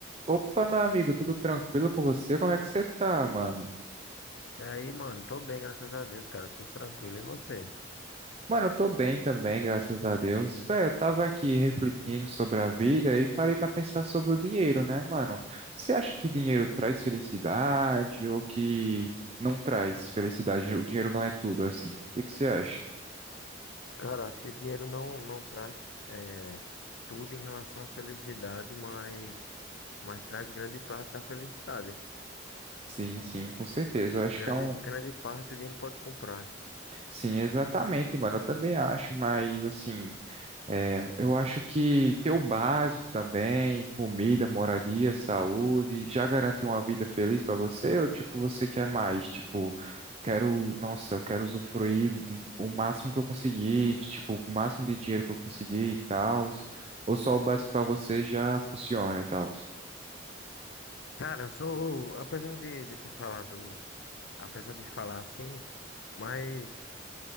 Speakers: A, on the right; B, on the left.
A: Opa, meu amigo, tudo tranquilo com você? Como é que você tá, mano?
B: E aí, mano, tô bem, graças a Deus, cara, tudo tranquilo. E você?
A: Mano, eu tô bem também, graças a Deus. Velho, eu tava aqui refletindo sobre a vida e parei pra pensar sobre o dinheiro, né, mano? Você acha que dinheiro traz felicidade ou que não traz felicidade? O dinheiro não é tudo, assim. O que que você acha?
B: Cara, acho que dinheiro não, não traz eh, tudo em relação à felicidade, mas, mas traz grande parte da felicidade.
A: Sim, sim, com certeza. Eu acho
B: Grande,
A: que é um.
B: grande parte o dinheiro pode comprar.
A: Sim, exatamente, mano. Eu também acho, mas assim. É, eu acho que ter o básico também, comida, moradia, saúde, já garante uma vida feliz para você? Ou tipo, você quer mais? Tipo, quero, nossa, quero usufruir o máximo que eu conseguir, tipo, o máximo de dinheiro que eu conseguir e tal. Ou só o básico para você já funciona e tal?
B: Cara, eu sou, apesar de, de ter falado, apesar de falar assim, mas